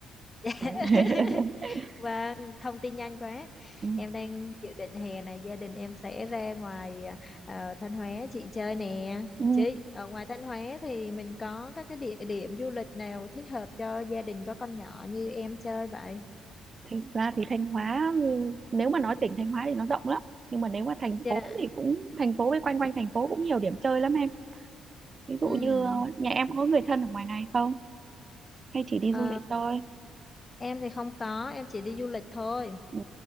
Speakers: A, on the left; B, on the right.
A: <laughs>
B: <laughs>
A: và thông tin nhanh quá.
B: Ừ.
A: Em đang dự định hè này gia đình em sẽ ra ngoài ờ, Thanh Hóa chị chơi nè.
B: Ừ.
A: Chị, ở ngoài Thanh Hóa thì mình có các cái địa điểm du lịch nào thích hợp cho gia đình có con nhỏ như em chơi vậy?
B: Thành ra thì Thanh Hóa, ừ, nếu mà nói tỉnh Thanh Hóa thì nó rộng lắm. Nhưng mà nếu mà thành
A: Dạ.
B: phố thì cũng, thành phố với quanh quanh thành phố cũng nhiều điểm chơi lắm em. Ví dụ
A: Ừ.
B: như ờ, nhà em có người thân ở ngoài này không? Hay chỉ đi
A: Ờ,
B: du lịch thôi?
A: em thì không có, em chỉ đi du lịch thôi.
B: Ừ.